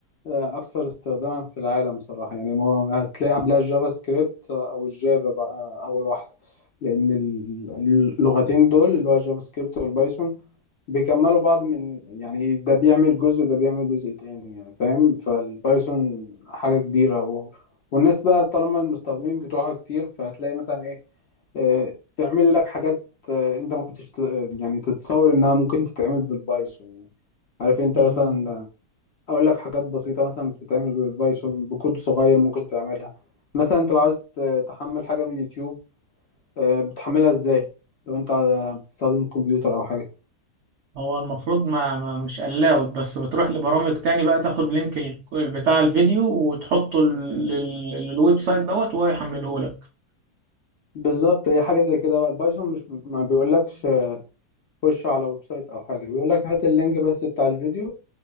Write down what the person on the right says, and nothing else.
مم.
هو المفروض ما, ما مش allowed بس بتروح لبرامج تاني بقى تاخد لينك ال- بتاع الفيديو وتحطه لل- لل- للويب سايت دوت وهو يحمله لك